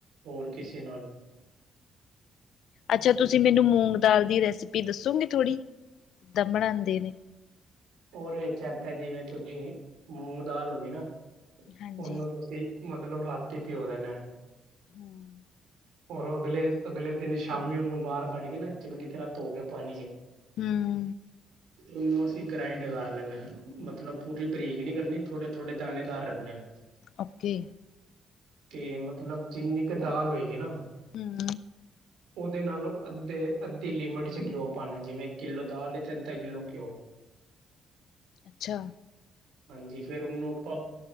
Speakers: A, on the right; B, on the left.
A: ਔਰ ਕਿਸੇ ਨਾਲ
B: ਅੱਛਾ
A: ਹੂੰ
B: ਤੁਸੀਂ ਮੈਨੂੰ ਮੂੰਗ ਦਾਲ ਦੀ ਰੈਸਿਪੀ ਦੱਸੋਗੇ ਥੋੜ੍ਹੀ। ਕਿੱਦਾਂ ਬਣਾਉਂਦੇ ਨੇ?
A: ਔ ਰਏ ਚਾਚਾ ਜਿਵੇਂ ਤੁਸੀਂ ਮੂੰਗ ਦਾਲ ਹੋ ਗਈ ਨਾ।
B: ਹਾਂਜੀ
A: ਔਨੂੰ ਤੁਸੀਂ ਮਤਲਬ ਰਾਤੀ ਭਿਔ ਦੇਨਾ।
B: ਹਮ।
A: ਔਰ ਅਗਲੇ ਅਗਲੇ ਦਿਨ ਸ਼ਾਮੀ ਓਨੂੰ ਬਾਹਰ ਕੱਢ ਕੇ ਨਾ ਚੰਗੀ ਤਰ੍ਹਾਂ ਧੋ ਕੇ ਪਾਨੀ ਜ
B: ਹੂੰ।
A: ਤੇ ਉਨੂੰ ਅਸੀਂ ਗ੍ਰਾਇੰਡ ਕਰ ਲੈਨੇਆਂ ਮਤਲਬ ਪੂਰੀ ਬਰੀਕ ਨਈ ਕਰਨੀ ਥੋੜੇ ਥੋੜੇ ਦਾਨੇ ਦਾਰ ਰੱਖਨੇ ਆਂ।
B: ਔਕੇ।
A: ਕੇ ਮਤਲਬ ਜਿੰਨੀ ਕ ਦਾਲ ਔਏਗੀ ਨਾ
B: ਹਮ।
A: ਓਦੇ ਨਾਲੋਂ ਅੱਧੇ-ਅੱਧੀ ਲਿਮਿਟ 'ਚ ਘਿਓ ਪਾਣਾ ਜਿਵੇਂ ਕਿੱਲੋ ਦਾਲ ਏ। ਤੇ ਅੱਧਾ ਕਿਲੋ ਘਿਓ
B: ਅੱਛਾ
A: ਹਾਂਜੀ ਫਿਰ ਓਨੂੰ ਆਪਾਂ